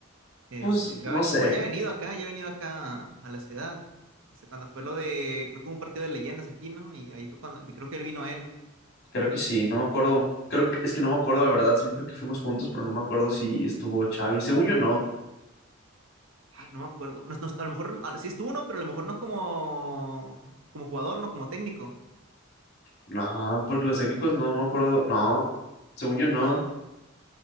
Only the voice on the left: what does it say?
Pues
no
sé,
creo que sí, no me acuerdo, creo que es que no me acuerdo la verdad, sí me acuerdo que fuimos juntos, pero no me acuerdo si estuvo Xavi, según yo no,
no, porque los técnicos no me acuerdo, no, según yo no.